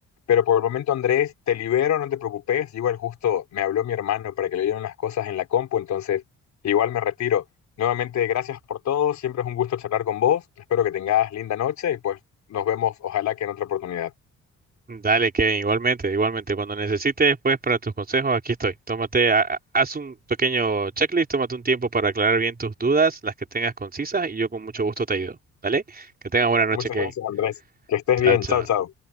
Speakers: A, on the left; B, on the right.
A: Pero por el momento, Andrés, te libero, no te preocupes. Igual justo me habló mi hermano para que le dieran unas cosas en la compu, entonces igual me retiro. Nuevamente, gracias por todo. Siempre es un gusto charlar con vos. Espero que tengas linda noche y pues nos vemos, ojalá que en otra oportunidad.
B: Dale, Kevin. igualmente, igualmente. Cuando necesites, pues, para tus consejos, aquí estoy. Tómate, ha- ha- haz un pequeño checklist, tómate un tiempo para aclarar bien tus dudas, las que tengas concisas, y yo con mucho gusto te ayudo. ¿Vale? Que tengas buena noche,
A: Muchas
B: Kevin.
A: gracias, Andrés. Que estés
B: Chao,
A: bien.
B: chao.
A: Chao, chao.